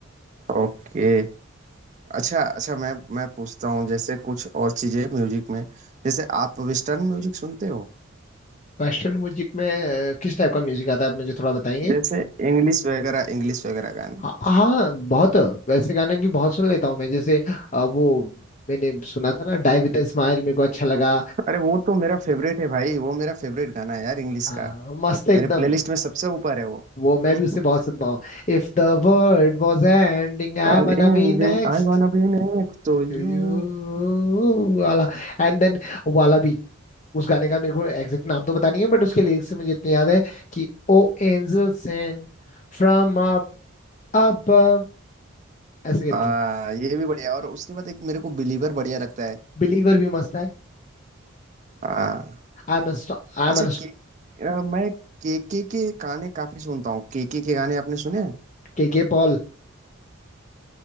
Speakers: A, on the right (about 35°); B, on the left (about 35°).
A: ओके अच्छा अच्छा मैं मैं पूछता हूँ जैसे कुछ और चीजें म्यूजिक में जैसे आप वेस्टर्न म्यूजिक सुनते हो
B: वेस्टर्न म्यूजिक में अ, किस टाइप का म्यूजिक आता है आप मुझे थोड़ा बताएंगे
A: जैसे इंग्लिश वगैरह इंग्लिश वगैरह गाने
B: हाँ हाँ बहुत वैसे गाने भी बहुत सुन लेता हूँ मैं जैसे अ, वो मैंने सुना था ना डाई विद स्माइल मेरे को अच्छा लगा
A: अरे वो तो मेरा फेवरेट है भाई वो मेरा फेवरेट गाना है यार इंग्लिश
B: हाँ
A: का
B: मस्त है
A: मेरे
B: एकदम
A: प्लेलिस्ट में सबसे ऊपर है वो
B: वो मैं
A: <laughs>
B: भी उसे बहुत सुनता हूँ If the world was ending I
A: आई
B: wanna be next
A: wanna be next to
B: to
A: you
B: you वाला एंड देन वाला भी उस गाने का मेरे को एग्जैक्ट नाम तो पता नहीं है बट उसके लिरिक्स से मुझे इतनी याद है कि oh angel sent from up above ऐसे करके
A: हाँ ये भी बढ़िया और उसके बाद एक मेरे को बिलीवर बढ़िया लगता है
B: बिलीवर भी मस्त है
A: हाँ।
B: I am I
A: अच्छा
B: am
A: के अ, मैं केके के गाने काफी सुनता हूँ केके के गाने आपने सुने हैं
B: K K Paul